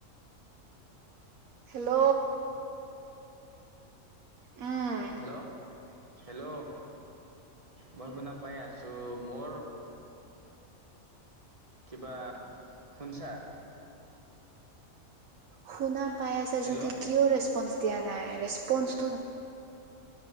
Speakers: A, on the right; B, on the right.
A: হেল্ল'। উম।
B: হেল্ল' হেল্ল', মই শুনা পাই আছোঁ, মোৰ কিবা, শুনছা?
A: শুনা পাই আছা
B: হেল্ল'
A: যদি কিয় ৰেচপন্ঞ্চ দিয়া নাই, ৰেচপন্ঞ্চটো